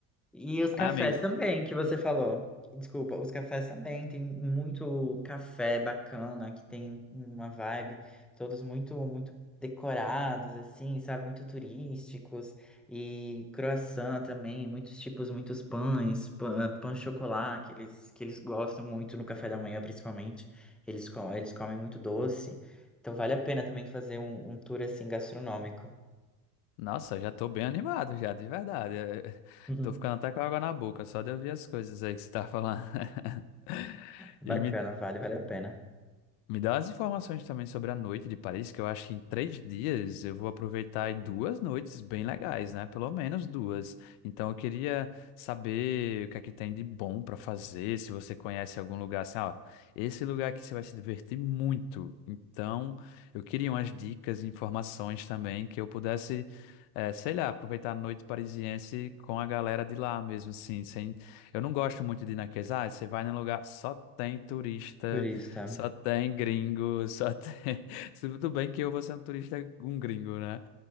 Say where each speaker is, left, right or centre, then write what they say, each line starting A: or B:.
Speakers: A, in the centre; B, on the left.
A: E os
B: Ah,
A: cafés
B: amigo,
A: também, que você falou. Desculpa, os cafés também. Tem muito café bacana, que tem uma vibe, todos muito, muito decorados, assim, sabe? Muito turísticos. E croissant também, muitos tipos, muitos pães, pã- pão, de chocolate, que eles, que eles gostam muito no café da manhã, principalmente. Eles, co- eles comem muito doce. Então vale a pena também fazer um, um tour assim gastronômico.
B: nossa, já tô bem animado já, de verdade. Eh,
A: <laughs>
B: Tô ficando até com água na boca, só de ouvir as coisas aí que você tá falando. <laughs>
A: Bacana,
B: E me
A: vale, vale a pena.
B: Me dá as informações também sobre a noite de Paris, que eu acho que em três dias eu vou aproveitar aí duas noites bem legais, né? Pelo menos duas. Então eu queria saber o que é que tem de bom para fazer, se você conhece algum lugar assim, ó, esse lugar aqui você vai se divertir muito. Então eu queria umas dicas e informações também que eu pudesse, eh, sei lá, aproveitar a noite parisiense com a galera de lá mesmo, assim, sem... Eu não gosto muito de ir naqueles, ah, você vai num lugar, só tem turista
A: Turista.
B: só tem gringo, só tem. <laughs> Tudo bem que eu vou ser um turista, um gringo, né?